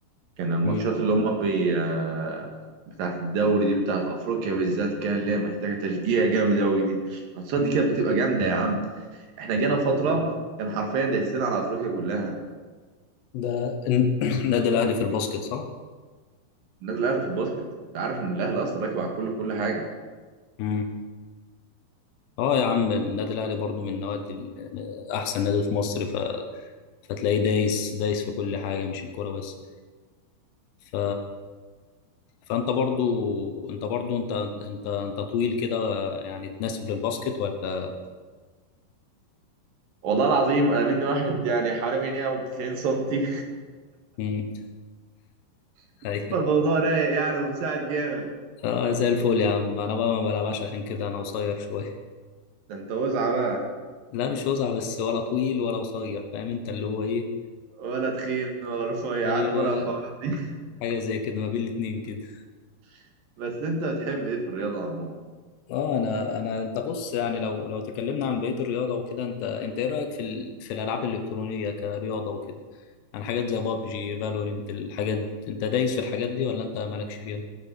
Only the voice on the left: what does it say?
مم.
مم.
أكيد
طبعا
ده <clears throat> النادي الأهلي في الباسكت صح؟
امم اه يا عم النادي الاهلي برضو من النوادي ال- احسن نادي في مصر ف... فتلاقيه دايس دايس في كل حاجه مش الكوره بس ف... فانت برضو انت برضو انت انت انت طويل كده يعني تناسب للباسكت ولا
مم. <laughs>
ايوه
اه زي الفل يا عم انا بقى ما بلعبش عشان كده انا قصير شويه
<laughs> لا مش وسع بس ولا طويل ولا قصير فاهم انت اللي هو ايه
ايوه
حاجه زي كده ما بين الاتنين كده
اه انا انا انت بص يعني لو لو تكلمنا عن بقيه الرياضه وكده انت انت ايه رايك في ال... في الالعاب الالكترونيه كرياضه وكده يعني حاجات زي بابجي فالورنت الحاجات دي. انت دايس في الحاجات دي ولا انت مالكش فيها